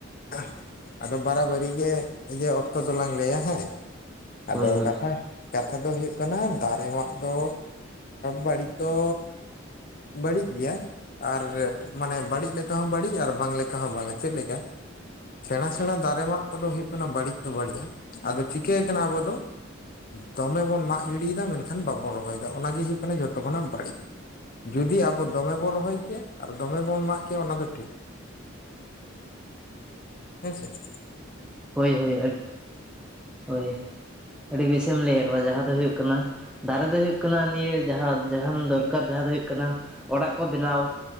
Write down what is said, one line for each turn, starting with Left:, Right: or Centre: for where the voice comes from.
Left: <inaudible> ᱟᱫᱚ ᱵᱟᱨᱟ ᱵᱟᱨᱤ ᱜᱮ ᱤᱭᱟᱹ ᱚᱠᱛᱚ ᱫᱚᱞᱟᱝ ᱞᱟᱹᱭᱟ ᱦᱮᱸ ᱾ ᱟᱫᱚ
Centre: ᱦᱳᱭ ᱦᱳᱭ
Left: ᱠᱟᱛᱷᱟ ᱠᱟᱛᱷᱟ ᱫᱚ ᱦᱩᱭᱩᱜ ᱠᱟᱱᱟ ᱫᱟᱨᱮ ᱢᱟᱜ ᱫᱚ ᱵᱟᱲᱤᱡ ᱫᱚ ᱵᱟᱲᱤᱡ ᱜᱮᱭᱟ ᱟᱨ ᱢᱟᱱᱮ ᱵᱟᱲᱤᱡ ᱞᱮᱠᱟ ᱦᱚᱸ ᱵᱟᱲᱤᱡ ᱟᱨ ᱵᱟᱝ ᱞᱮᱠᱟ ᱦᱚᱸ ᱵᱟᱝ ᱪᱮᱫ ᱞᱮᱠᱟ ᱥᱮᱬᱟ ᱥᱮᱬᱟ ᱫᱟᱨᱮ ᱢᱟᱜ ᱠᱚᱫᱚ ᱦᱩᱭᱩᱜ ᱠᱟᱱᱟ ᱵᱟᱹᱲᱤᱡ ᱵᱟᱲᱤᱡᱟ ᱾ ᱟᱫᱚ ᱪᱤᱠᱟᱹ ᱟᱠᱟᱱᱟ ᱟᱵᱚ ᱫᱚ ᱫᱚᱢᱮ ᱵᱚᱱ ᱢᱟᱜ ᱜᱤᱰᱤᱭ ᱮᱫᱟ ᱢᱮᱱᱠᱷᱟᱱ ᱵᱟᱵᱚᱱ ᱨᱚᱦᱚᱭ ᱮᱫᱟ ᱾ ᱚᱱᱟ ᱜᱮ ᱦᱳᱭᱳᱜ ᱠᱟᱱᱟ ᱡᱷᱚᱛᱚ ᱠᱷᱚᱱᱟᱜ ᱵᱟᱹᱲᱤᱡ ᱾ ᱡᱩᱫᱤ ᱟᱵᱚ ᱫᱚᱢᱮ ᱵᱚᱱ ᱨᱚᱦᱚᱭ ᱠᱮᱭᱟ ᱟᱨ ᱫᱚᱢᱮ ᱵᱚᱱ ᱢᱟᱜ ᱠᱮᱭᱟ ᱚᱱᱟ ᱫᱚ ᱴᱷᱤᱠ ᱾ <inaudible> ᱦᱮᱸ ᱥᱮ ᱾
Centre: ᱦᱳᱭ ᱦᱳᱭ ᱦᱳᱭ <inaudible> ᱦᱳᱭ <inaudible> ᱟᱹᱰᱤ ᱵᱮᱥ ᱮᱢ ᱞᱟᱹᱭ ᱟᱠᱟᱫᱟ ᱡᱟᱦᱟᱸ ᱫᱚ ᱦᱩᱭᱩᱜ ᱠᱟᱱᱟ ᱫᱟᱨᱮ ᱫᱚ ᱦᱩᱭᱩᱜ ᱠᱟᱱᱟ ᱱᱤᱭᱟᱹ ᱡᱟᱦᱟᱸ ᱡᱟᱦᱟᱱ ᱫᱚᱨᱠᱟᱨ ᱡᱟᱦᱟᱸ ᱫᱚ ᱦᱩᱭᱩᱜ ᱠᱟᱱᱟ ᱚᱲᱟᱜ ᱠᱚ ᱵᱮᱱᱟᱣ